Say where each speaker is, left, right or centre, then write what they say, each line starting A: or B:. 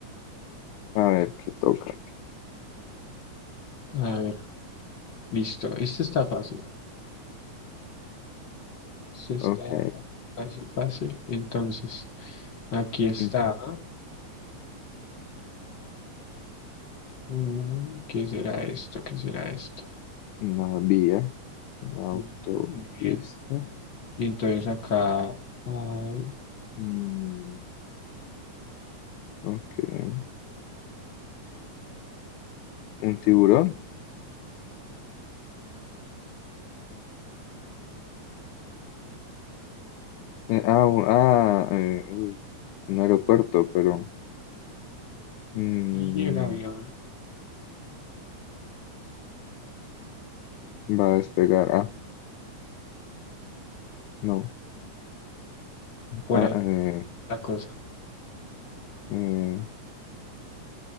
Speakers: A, on the left (about 80°); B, on the left (about 50°).
A: A ver qué toca.
B: A ver, listo. Este está fácil. Este está
A: Ok.
B: fa- fácil, fácil. Entonces, aquí está.
A: Ujú.
B: Mm, ¿Qué será esto? ¿Qué será esto?
A: Una vía. Una autopista.
B: Ujú, Muy bien. Y entonces acá, ay,
A: Mm, ok. ¿Un tiburón? Eh, ah, un- ah, eh, uy. Un aeropuerto, pero mm,
B: y el avión,
A: va a despegar. Ah, no.
B: por
A: Ah,
B: ahí,
A: eh,
B: la cosa.
A: eh,